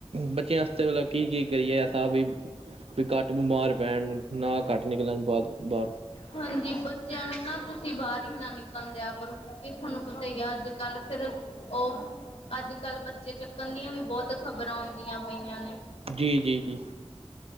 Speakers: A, on the right; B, on the left.
A: ਬੱਚਿਆ ਵਾਸਤੇ ਮਤਲਬ ਕੀ ਕੀ ਕਰੀਏ ਐਸਾ ਵੀ ਵੀ ਘੱਟ ਬਿਮਾਰ ਪੈਣ, ਨਾ ਘੱਟ ਨਿਕਲਣ ਬਾਹ ਬਾਹਰ।
B: ਹਾਂਜੀ ਬੱਚਿਆਂ ਨੂੰ ਨਾ ਤੁਸੀਂ ਬਾਹਰ ਹੀ ਨਾ ਨਿਕਲਣ ਦਿਆ ਕਰੋ ਕਿਉਂਕਿ ਥੋਨੂੰ ਪਤਾ ਹੀ ਆ ਅੱਜ-ਕੱਲ ਫਿਰ ਉਹ ਅੱਜ ਕੱਲ੍ਹ ਬੱਚੇ ਚੱਕਣ ਦੀਆਂ ਵੀ ਬਹੁਤ ਖ਼ਬਰਾਂ ਆਉਂਦੀਆਂ ਪਈਆਂ ਨੇ।
A: ਜੀ ਜੀ ਜੀ।